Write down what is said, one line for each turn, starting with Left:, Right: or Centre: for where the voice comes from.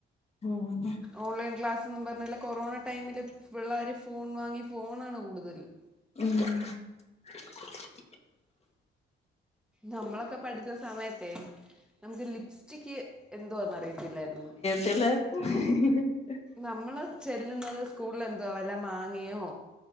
Left: ഉം
Centre: ഓൺലൈൻ ക്ലാസ്ന്ന് പറഞ്ഞില്ല കൊറോണ ടൈമില് പിള്ളേര് ഫോൺ വാങ്ങി ഫോണാണ് കൂടുതലും
Left: ഉം <unintelligible>
Centre: നമ്മളക്കെ പഠിച്ച സമയത്തെ നമുക്ക് ലിപ്സ് ട്ടിക്ക് എന്തോന്നറിയത്തില്ലായിരുന്നു
Left: ചെലർ ഹ <unintelligible>
Centre: നമ്മള് ചെല്ലുന്നത് സ്കൂളിൽ എന്തുവാ വല്ല മാങ്ങയോ